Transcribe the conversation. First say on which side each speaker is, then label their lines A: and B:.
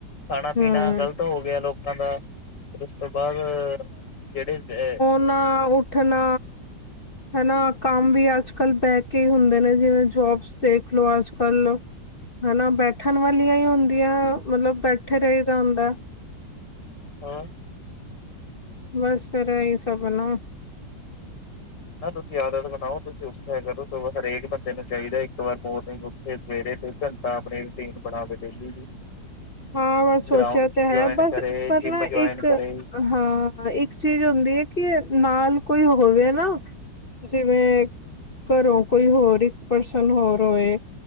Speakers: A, on the left; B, on the left.
A: ਖਾਣਾ ਪੀਣਾ
B: ਹਮ
A: ਗ਼ਲਤ ਹੋ ਗਿਆ ਲੋਕਾਂ ਦਾ ਫੇਰ ਉਸ ਤੋਂ ਬਾਅਦ ਜਿਹੜੇ ਤੇ
B: ਨਾ ਉੱਠਣਾ ਹੈਨਾ ਕੰਮ ਵੀ ਅੱਜ ਅੱਜ-ਕੱਲ ਬਹਿ ਕੇ ਹੁੰਦੇ ਨੇ, ਜਿਵੇਂ ਜੋਬਸ ਦੇਖਲੋ ਅੱਜ-ਕੱਲ ਹੈਨਾ ਬੈਠਣ ਵਾਲੀਆਂ ਹੀ ਹੁੰਦੀਆਂ ਮਤਲਬ ਬੈਠੇ ਦਾ ਰਹੀਦਾ ਹੁੰਦਾ।
A: ਹਾਂ
B: ਬਸ ਫੇਰ ਇਹ ਸਭ ਐ ਨਾ
A: ਨਾ ਤੁਸੀਂ ਆਦਤ ਬਣਾਓ ਤੁਸੀਂ ਉਠਿਆ ਕਰੋ ਸਗੋਂ ਹਰੇਕ ਬੰਦੇ ਨੂੰ ਚਾਹੀਦਾ ਇੱਕ ਵਾਰ ਮੋਰਨਿੰਗ ਇਹ ਸਵੇਰੇ ਇਕ ਘੰਟਾ ਆਪਣੀ ਰੂਟੀਨ ਬਣਾਵੇ ਡੇਲੀ ਦੀ।
B: ਹਾਂ, ਬਸ ਸੋਚਿਆ
A: ਗਰਾਊਂਡ
B: ਤੇ
A: ਜੁਆਇਨ
B: ਐ ਬਸ
A: ਕਰੇ
B: ਪਰ
A: ਜਿੰਮ
B: ਨਾ
A: ਜੁਆਇਨ
B: ਇੱਕ
A: ਕਰੇ
B: ਹਾਂ ਇੱਕ ਚੀਜ਼ ਹੁੰਦੀ ਐ ਕਿ ਨਾਲ ਕੋਈ ਹੋਵੇ ਨਾ ਜਿਵੇਂ ਕਰੋਂ ਕੋਈ ਹੋਰ ਇੱਕ ਪਰਸਨ ਹੋਰ ਹੋਏ।